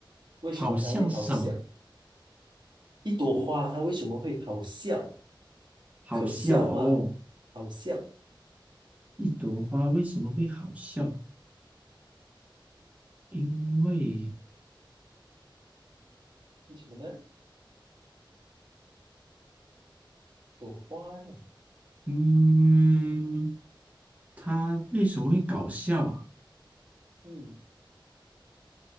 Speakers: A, on the right; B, on the right.
A: 为什么它会好笑？
B: 好像是什么？
A: 一朵花它为什么会好笑？
B: 好笑哦。
A: 可笑吗？好笑，
B: 一朵花为什么会好笑？因为，
A: 为什么呢？朵花呢？
B: 嗯，它为什么会搞笑啊？
A: 嗯，